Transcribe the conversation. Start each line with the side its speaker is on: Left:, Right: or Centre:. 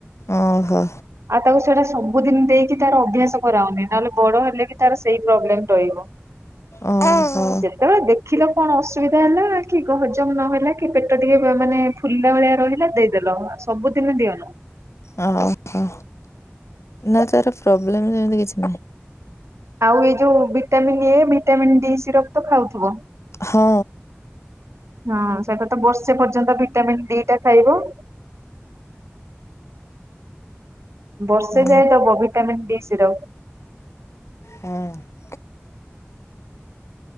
Left: ଓହୋ
Right: ଆଉ ତାକୁ ସେଇଟା ସବୁଦିନ ଦେଇକି ତାର ଅଭ୍ୟାସ କରାଅନି ନହେଲେ ବଡ ହେଲେ। ତାର ସେଇ ପ୍ରୋବ୍ଲେମ ରହିବ
Left: ଓହୋ
Right: ଯେ <unintelligible> ଦେଖିଲ କଣ ଅସୁବିଧା ହେଲା କି କ ହଜମ ନହେଲା କି ପେଟ ଟିକେ କ ମାନେ। ଫୁଲିଲା ଭଳିଆ ରହିଲା ଦେଇଦେଲ ସବୁଦିନ ଦିଅନ।
Left: ଓହୋ ହୋ ନା ତାର ପ୍ରୋବ୍ଲେମ ସେମିତି କିଛି ନାହିଁ।
Right: ଆଉ ଏଇ ଯୋଉ vitamin A vitamin D syrup ତ ଖାଉଥିବ।
Left: ହଁ।
Right: ହଁ ସେଇଟା ତ ବର୍ଷେ ପର୍ଯ୍ୟନ୍ତ ଭିଟାମିନ୍ ଡି ଟା ଖାଇବ। ବର୍ଷେ
Left: ଓ।
Right: ଯାଏ ଦବ ଭିଟାମିିନ ଡି ସିରପ୍।
Left: ହଁ।